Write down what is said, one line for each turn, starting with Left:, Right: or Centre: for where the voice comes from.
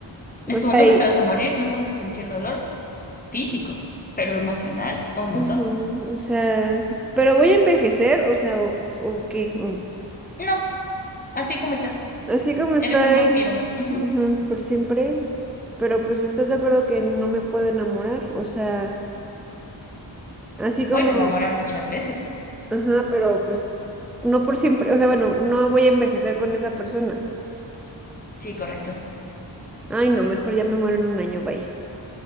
Centre: O
Left: Es
Centre: sea,
Left: como, nunca
Centre: y,
Left: te vas a morir, nunca vas a sentir dolor físico, pero emocional, un montón.
Centre: ujú, o sea, pero voy a envejecer, o sea, o, o qué, o-
Left: No, así como estás.
Centre: así como estoy,
Left: Eres un vampiro. Ujú.
Centre: ujú, por siempre, pero pues estás de acuerdo que no me puedo enamorar, o sea, así
Left: Te puedes
Centre: como,
Left: enamorar muchas veces.
Centre: Ajá, pero pues no por siempre, o sea, bueno, no voy a envejecer con esa persona.
Left: Sí, correcto.
Centre: Ay, no, mejor ya me muero en un año, bye.